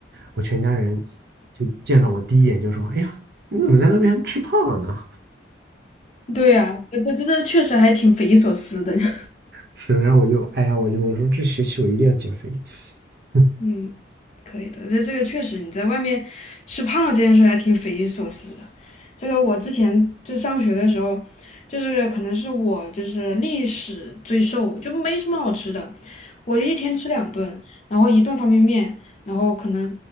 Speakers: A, on the right; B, on the left.
A: 我全家人就见到我第一眼就说：“哎呀，你怎么在那边吃胖了呢？”
B: 对呀，这这这这确实还挺匪夷所思的。<laughs>
A: 是，然后我就哎呀，我就我说这学期我一定要减肥。<laughs>
B: 嗯，可以的，这这个确实你在外面吃胖了这件事还挺匪夷所思的。这个我之前就上学的时候，就是可能是我就是历史最瘦，就没什么好吃的，我一天吃两顿，然后一顿方便面，然后可能